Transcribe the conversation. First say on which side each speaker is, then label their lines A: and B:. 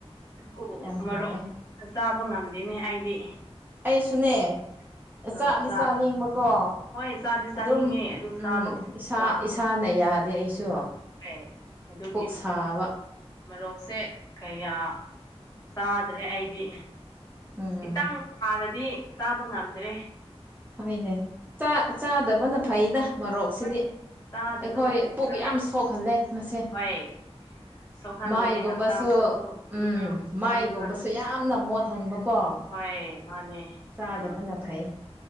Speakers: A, on the left (about 35°); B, on the right (about 15°).
A: ꯑꯗꯨꯕꯨ
B: ꯌꯥꯝ
A: ꯃꯔꯣꯟ
B: ꯍꯥꯎꯋꯦ
A: ꯆꯥꯕ ꯉꯝꯗꯦꯅꯦ ꯑꯩꯗꯤ
B: ꯑꯩꯁꯨꯅꯦ
A: ꯃꯔꯣꯛ
B: ꯆꯥꯗꯤ
A: ꯆꯥ
B: ꯆꯥꯅꯤꯡꯕꯀꯣ
A: ꯍꯣꯏ ꯆꯥꯗꯤ ꯆꯥꯅꯤꯡꯉꯦ
B: ꯑꯗꯨꯝ
A: ꯑꯗꯨ ꯆꯥꯕ
B: ꯎꯝ
A: ꯉꯝꯗꯕ
B: ꯏꯁꯥ ꯏꯁꯥꯅ ꯌꯥꯗꯦ ꯑꯩꯁꯨ
A: ꯑꯦ ꯑꯗꯨꯒꯤ
B: ꯄꯨꯛ ꯁꯥꯕ
A: ꯃꯔꯣꯛꯁꯦ ꯀꯌꯥ ꯆꯥꯗ꯭ꯔꯦ ꯑꯩꯗꯤ
B: ꯎꯝ
A: ꯈꯤꯇꯪ ꯁꯥꯔꯗꯤ ꯆꯥꯕ ꯉꯝꯗ꯭ꯔꯦ
B: ꯍꯣꯏꯅꯦ ꯆꯥꯗꯕꯅ ꯐꯩꯗ ꯃꯣꯔꯣꯛꯁꯤꯗꯤ
A: ꯍꯣꯏ ꯆꯥꯗꯕꯅ
B: ꯑꯩꯈꯣꯏ ꯄꯨꯛ
A: ꯐꯔꯦ
B: ꯌꯥꯝ ꯁꯣꯛꯍꯜꯂꯦ ꯃꯁꯦ
A: ꯍꯣꯏ ꯁꯣꯛꯍꯟꯕꯅꯦ
B: ꯃꯥꯏꯒꯨꯝꯕꯁꯨ
A: ꯍꯛꯆꯥꯡꯁꯨ ꯀꯣ
B: ꯎꯝ ꯃꯥꯏꯒꯨꯝꯕꯁꯨ
A: ꯃꯥꯅꯦ
B: ꯌꯥꯝꯅ ꯃꯣꯠꯍꯟꯕꯀꯣ
A: ꯍꫭꯏ ꯃꯥꯅꯦ
B: ꯆꯥꯗꯕꯅ
A: ꯎꯝ
B: ꯐꯩ